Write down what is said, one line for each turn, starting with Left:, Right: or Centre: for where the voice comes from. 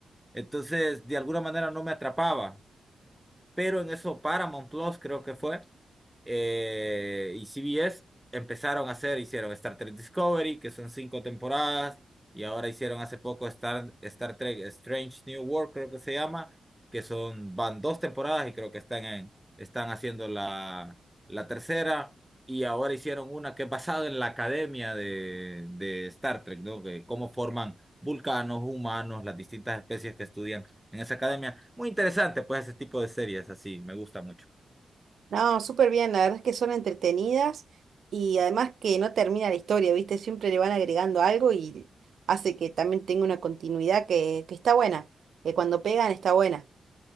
Centre: entonces de alguna manera no me atrapaba. pero en eso Paramount Plus creo que fue, eh, y CBS empezaron a hacer, hicieron Star Trek Discovery, que son cinco temporadas, y ahora hicieron hace poco Star, Star Trek Strange New World, creo que se llama, que son, van dos temporadas y creo que están en, están haciendo la, la tercera, y ahora hicieron una que es basada en la academia de, de Star Trek, ¿no? Que cómo forman vulcanos, humanos, las distintas especies que estudian en esa academia. Muy interesante, pues, ese tipo de series así, me gusta mucho.
Right: No, súper bien, la verdad es que son entretenidas y además que no termina la historia, ¿viste? Siempre le van agregando algo y hace que también tenga una continuidad que, que está buena, que cuando pegan está buena.